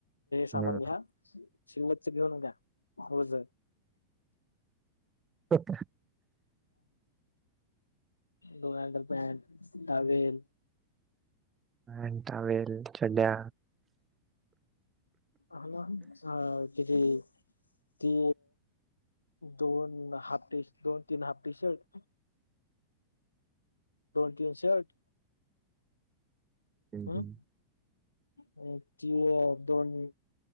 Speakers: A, on the left; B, on the right.
A: सामान
B: हं,
A: घ्या शिलवतच घेऊ नका रोज
B: होत
A: डोनाल्ड पॅ टवेल
B: अ टवेल चड्या
A: ह हा किती ती दोन हाफ टी दोन तीन हाफ टी शर्ट दोन तीन शर्ट
B: हं,
A: हम्
B: हं,
A: तची दोन